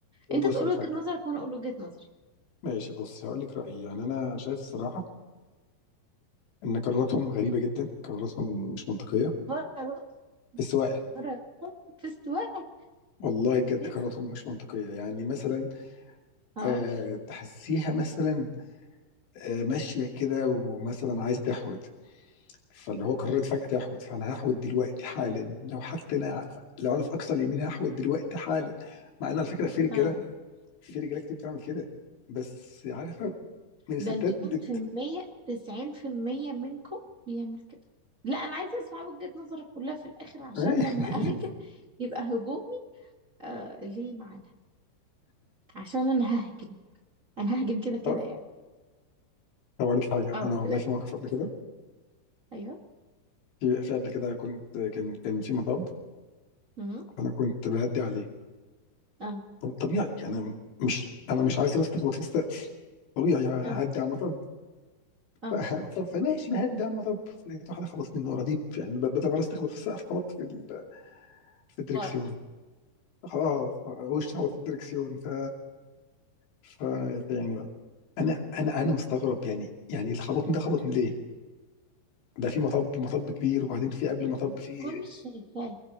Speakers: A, on the left; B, on the right.
A: بص
B: انت تقول
A: على
B: وجهه
A: حاجه
B: نظرك وانا اقول وجهه نظري
A: ماشي بص هقول لك رايي يعني انا شايف الصراحه ان قراراتهم غريبه جدا قراراتهم مش منطقيه
B: فرق
A: في السواقه
B: فرق في السواقه
A: والله بجد
B: يس
A: قراراتهم مش منطقيه يعني مثلا
B: <laughs> اه
A: آه تحسيها مثلا آه ماشيه كده ومثلا عايزه تحود فاللي هو قررت فجاه تحود فانا هحود دلوقتي حالا لو حتى انا لو انا في اقصى اليمين هحود دلوقتي حالا مع ان على فكره في رجاله
B: اه
A: في رجاله كتير بتعمل كده بس عارفه من الستات
B: ده انتوا 90%
A: بت... <laughs>
B: 90% منكم بيعمل كده لا انا عايزه اسمع وجهه نظرك كلها في الاخر عشان
A: آه.
B: لما اهجم يبقى هجومي آه ليه معنى عشان انا ههجم انا ههجم كده كده
A: طب
B: يعني
A: طب اقول لك حاجه
B: اه
A: انا والله
B: كده
A: في موقف
B: كده
A: قبل كده
B: ايوه
A: في في قبل كده كنت كان كان في مطب
B: امم
A: انا كنت بهدي عليه
B: اه
A: طب- طبيعي يعني مش انا مش عايز راسي تخبط في السقف طبيعي ههدي
B: اه
A: على المطب
B: اه
A: ف- ف- فماشي بهدي على المطب لقيت واحده خبطتني من ورا دي يعني ب- بدل ما راسي تخبط في السقف خبطت في ال... في الدركسيون
B: ورا
A: اه وش خبط في الدركسيون ف فيعني بقى انا انا انا مستغرب يعني يعني اللي خبطني ده خبطني ليه؟ ده في مطب مطب كبير وبعدين في قبل مطب في
B: بكون مش شايفاه